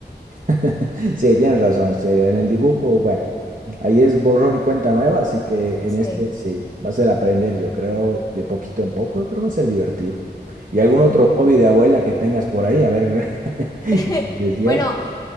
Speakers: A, on the right; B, on the left.
A: <laughs> Sí, tienes razón. sí, en el dibujo, bueno, ahí es borrón y cuenta nueva, así que
B: Sí.
A: en este sí, va a ser aprender, yo creo, de poquito en poco, pero va a ser divertido. ¿Y algún
B: Ujú.
A: otro hobby de abuela que tengas por ahí? A ver, <laughs>
B: <laughs>
A: decías.
B: Bueno,